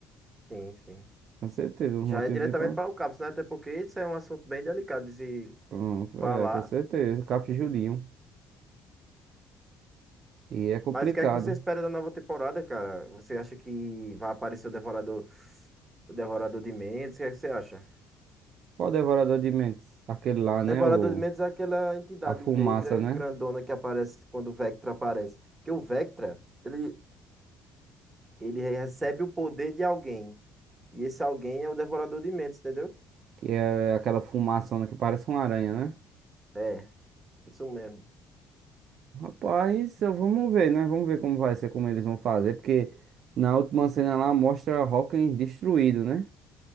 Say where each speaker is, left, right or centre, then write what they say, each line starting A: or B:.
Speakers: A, on the right; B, on the right.
A: Sim, sim.
B: Com certeza, um
A: Já
B: motivo
A: é diretamente
B: de ir para.
A: para o CAPS, né? Até porque isso é um assunto bem delicado de se
B: Pronto,
A: falar.
B: é, com certeza, CAPS e Julinho. E é complicado.
A: Mas o que é que você espera da nova temporada, cara? Você acha que vai aparecer o Devorador, o Devorador de Mentes? O que é que você acha?
B: Qual o devorador de mentes? Aquele lá, né?
A: Devorador
B: O,
A: de Mentes é aquela entidade
B: a fumaça,
A: negra
B: né?
A: grandona que aparece quando o Vectra aparece. Porque o Vectra, ele, ele recebe o poder de alguém. E esse alguém é o Devorador de Mentes, entendeu?
B: Que é aquela fumaçona que parece uma aranha, né?
A: É, isso mesmo.
B: Rapaz, eu- vamos ver, né? Vamos ver como vai ser, como eles vão fazer, porque na última cena lá mostra Hawkins destruído, né?